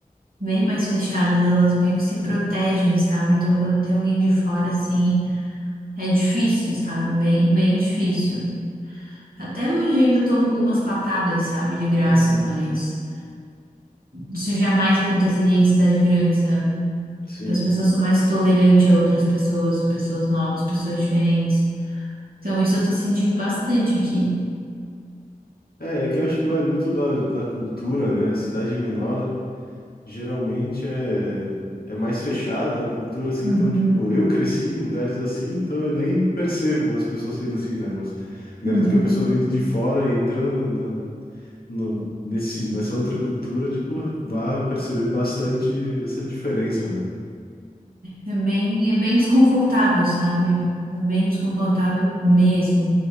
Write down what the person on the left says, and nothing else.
Uhum,
sim.
É, é que eu acho que vai muito da, da cultura, né? A cidade menor. geralmente é, é mais fechada a cultura, assim,
então, tipo, eu cresci em lugares assim, então eu nem percebo as pessoas sendo assim, né? Mas garanto
que a pessoa vindo de fora e entrando na, no, nesse, nessa outra cultura, tipo, vai perceber bastante essa diferença, né?